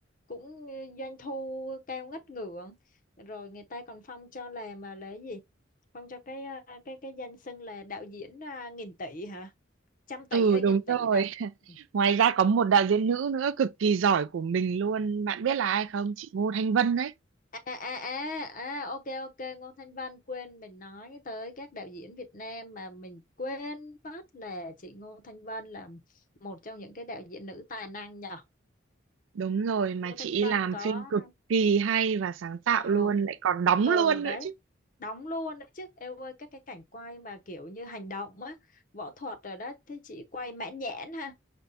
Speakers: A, on the left; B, on the right.
A: cũng ờ, doanh thu cao ngất ngưỡng rồi người ta còn phong cho là mà là cái gì phong cho cái ờ, cái cái danh xưng là đạo diễn ờ, nghìn tỷ hả trăm tỷ
B: Ừ
A: hay
B: đúng
A: nghìn tỷ
B: rồi.
A: bà
B: <laughs>
A: Ừ.
B: Ngoài ra có một đạo diễn nữ nữa cực kỳ giỏi của mình luôn. Bạn biết là ai không? Chị Ngô Thanh Vân đấy.
A: À, à, à, à, à, ok, ok, Ngô Thanh Vân quên mình nói tới các đạo diễn Việt Nam mà mình quên mất là chị Ngô Thanh Vân là một trong những cái đạo diễn nữ tài năng nhở.
B: Đúng rồi mà
A: Ngô Thanh
B: chị
A: Vân
B: ấy làm
A: có
B: phim cực kỳ hay và sáng tạo
A: ờ
B: luôn, lại còn đóng
A: ờ
B: luôn
A: đấy
B: nữa chứ.
A: đóng luôn đấy chứ em ơi các cái cảnh quay mà kiểu như hành động á võ thuật rồi đó thế chị quay mãn nhãn ha